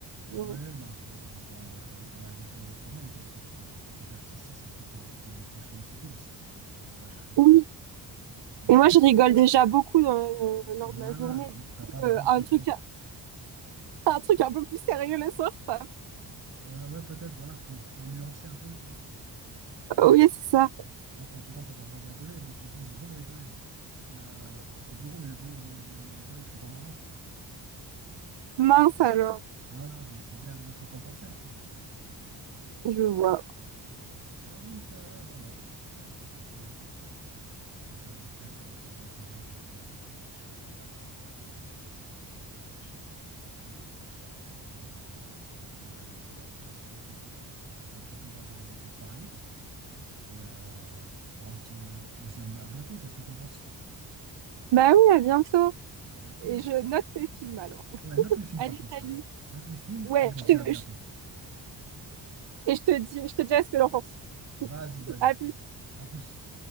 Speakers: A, on the right; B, on the right.
A: Ouais,
B: Genre,
A: mais après, ça dépend, euh, ça dépend de la vie que qu'on mène. Toi, t'es t'es plus du côté artistique, ça se trouve, t'es, t'es beaucoup sollicité aussi. Tu vois, moi, je suis
B: Oui.
A: plus. Moi,
B: Et
A: je
B: moi,
A: suis.
B: je rigole déjà beaucoup dans- euh, lors
A: Voilà,
B: de ma journée.
A: donc t'as pas
B: Du coup,
A: besoin
B: euh, un
A: quand tu
B: truc,
A: rentres.
B: un truc un peu plus sérieux le soir, ça.
A: Ouais, ouais, peut-être, voilà, pour, pour nuancer un peu, tu vois.
B: Oui, c'est
A: Ah,
B: ça.
A: Non, quand tu rentres, t'as pas besoin de rigoler. Moi, quand je rentre, j'ai besoin de rigoler. Parce que euh, au bureau, mes, bureaux- mes, mes, mes collègues sont pas marrants.
B: Mince alors,
A: Voilà, donc faut bien, hein, faut compenser après.
B: je vois.
A: Ah, donc, euh, ouais, voilà. C'est, c'est ça à peu près sur, sur le sujet, tout ce que, je- ce que je regarde, etc. Donc, euh, voilà, moi, j'ai, moi, j'ai pas forcément euh, de choses à dire euh, là-dessus, mais euh, en tout cas, ça m'a fait plaisir de, de te parler. Et euh, bah, on se dit, euh, on se dit à à bientôt. Qu'est-ce que t'en penses?
B: Bah oui, à bientôt.
A: À bientôt.
B: Et je note tes films alors.
A: Ouais, note les films
B: Allez,
A: par contre, s'il
B: salut.
A: te plaît. Note les films
B: Ouais,
A: et on
B: je
A: se
B: te-
A: dit à bientôt.
B: je- et je te dis, je te dirai ce que j'en pense.
A: Vas-y,
B: <laughs>
A: vas-y.
B: À plus.
A: On s- À plus.